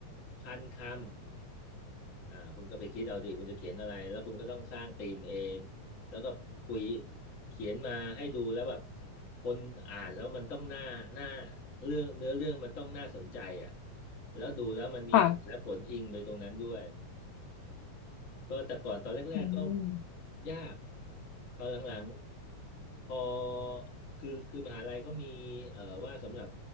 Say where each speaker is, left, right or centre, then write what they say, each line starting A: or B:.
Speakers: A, on the left (about 60°); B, on the left (about 85°).
A: พันคำอ่าคุณก็ไปคิดเอาสิคุณจะเขียนอะไรแล้วคุณก็ต้องสร้างธีมเองแล้วก็คุยเขียนมาให้ดูแล้วแบบคนอ่านแล้วมันต้องน่าน่าเรื่องเนื้อเรื่องมันต้องน่าสนใจอ่ะแล้วดูแล้วมันมีเหตุและผลอิงไปตรงนั้นด้วย
B: ค่ะ
A: ก็แต่ก่อนตอนแรกๆก็
B: อืม
A: ยากตอนหลังๆพอคือคือมหาลัยก็มีเอ่อว่าสำหรับ